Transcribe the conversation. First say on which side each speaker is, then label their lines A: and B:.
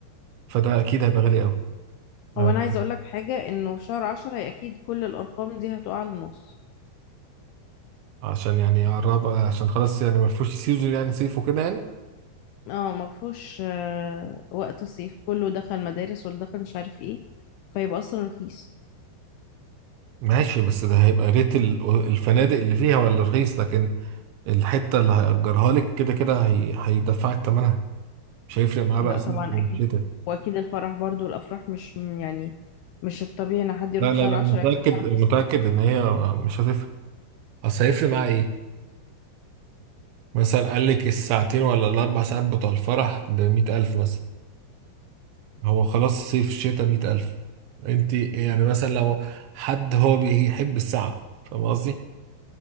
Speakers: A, on the right; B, on the left.
A: فده اكيد هيبقى غالي قوي
B: هو
A: آه،
B: انا عايزة اقولك حاجة انه في شهر عشرة هي اكيد كل الارقام دي هتقع لنص
A: عشان يعني يقرب عشان خلاص يعني ما فيهوش سيزون يعني صيف وكده يعني
B: اه ما فيهوش آه، وقت الصيف كله دخل مدارس واللي دخل مش عارف ايه فيبقى اصلا رخيص
A: ماشي بس ده هيبقى ريت ال- الفنادق اللي فيها ولا رخيص لكن الحتة اللي هيأجرها لك كده كده هي... هيدفعك تمنها مش هيفرق معاه
B: لا
A: بقى صيف
B: طبعا
A: ولا
B: اكيد
A: شتاء
B: واكيد الفرح برضو الافراح مش م- يعني مش الطبيعي ان حد يروح
A: لا لا
B: شهر
A: لا
B: 10
A: متأكد
B: يعمل فرح
A: متأكد
B: في الصيف
A: إن هي مش هتفرق أصل هيفرق معاه إيه؟ مثلا قال لك الساعتين ولا الأربع ساعات بتوع الفرح بمية ألف مثلا هو خلاص صيف شتاء مية ألف أنت يعني مثلا لو حد هو بيحب الساعة فاهم قصدي؟